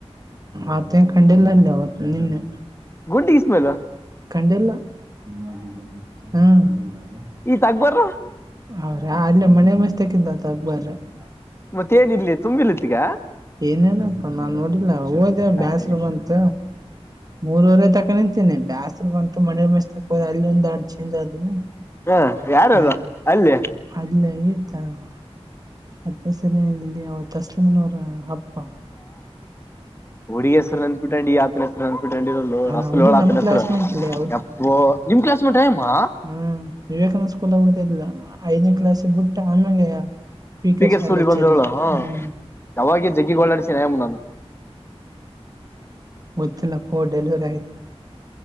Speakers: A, on the right; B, on the left.
A: ಆತ ಕಂಡಿಲ್ಲ ಅಲ್ಲಿ ಅವತ್ತು ನಿನ್ನೆ
B: ಗುಂಡಿಿಗೆಸ್ <unintelligible>
A: ಕಂಡಲ್ಲ <unintelligible> ಹು
B: ಈತ ಅಕ್ಬರ್
A: ಹೌ್ರ ಅಲ್ಲೇ ಮನೆ ಮಸ್ತಕ್ಕಿಂತತ <unintelligible> ಹಬ್ಬರ <unintelligible>
B: ಮತ್ತೆ ಏನ ಇಿಲ್ಲ ತುಂಬಿಿಲ್ಲತ್ತ ಈಗ <unintelligible>
A: ಏನೇನ <unintelligible> ಸ ನಾನ್ ನೋಡಿಲ್ಲ ಹಓದ ಬ್ಯಾಸರು
B: ಅಯ್ಯಯ್ಯಪ್ಪ
A: ಬಂತ ಮೂರೂವರೆ ತಕ ನಿಂತನನೆ ಬ್ಯಾಸರು ಬಂತ <unintelligible> ಮ ಮಸ್ತ್ ತೋ ಅಲ್ಲಿ ಒಂದ್ ಆಡ್ ಚೇಜ್ ಆದವು
B: ಹ ಯಾರದು
A: ಆ
B: ಅಲ್ಲಿ
A: ಅಲ್ಲ ಈತಾ <inaudible> ಹದ್ನೇ ಸರಿಯ ಇಲ್ಲಿ ಅವ ತಸ್ಲಮನವರ ಅಪ್ಪ <inaudible>
B: ಹುಗಸರು ನನ್ಪಿುಂಡಿ ಯ <inaudible> ಹೆ ಅಂದ್ಬಿಟ್ಟಂಡಿರಲು
A: ಅವನ್
B: ರಸಲು
A: ಅವಡಿ
B: ಹೋಳ
A: ನಮ್
B: ತನ್ನ
A: ಕ್ಲಾಸ್
B: ಹೆಸರ
A: ಮೇಟ್ ಲೇ
B: ಅಪ್ಪೋ ನಿಮ್ ಕ್ಲಾಸ್ ಮಟೈಮಾ <inaudible>
A: ಹಾ ವಿವೇಕಾನಂದ ಸ್ಕೂಲ್ ಆಗುದಿಲ್ಲ ಐದನೇ ಕ್ಲಾಸ್ಗೆ ಬಿಟ್ಟ ಆಮ್ಯಾಗ <inaudible> ಸ್ಪೀಕರ್
B: ಪಗರ್
A: ಶಾಲೆ
B: ಸಳ್ಳಿ
A: ಹಚ್ಚಿದ್ಲ
B: ಬಂದರಲ್ಲ ಹಾ
A: ಹ್ಮ್
B: ಯಾವಾಗ ಜಗ್ಗಿ ಓಳಾಡಿಸಿನಮ್ಮ ನಾನು
A: ಗತ್ತಿನಪ್ಪ ಡೆಲಿವರಿ ಆಯತು